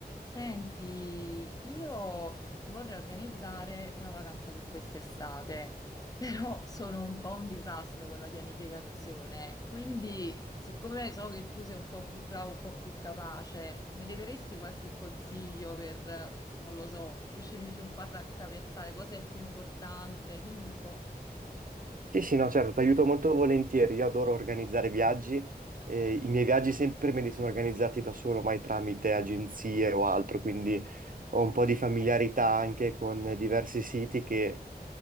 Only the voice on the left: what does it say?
Senti, io vorrei organizzare una vacanza per quest'estate, <laughs> però sono un po' un disastro con la pianificazione, quindi siccome so che tu sei un po' più bravo, un po' più capace, me ne daresti qualche consiglio per, non lo so, riuscirmi un po' a raccapezzare cosa è più importante? Dimmi un po'.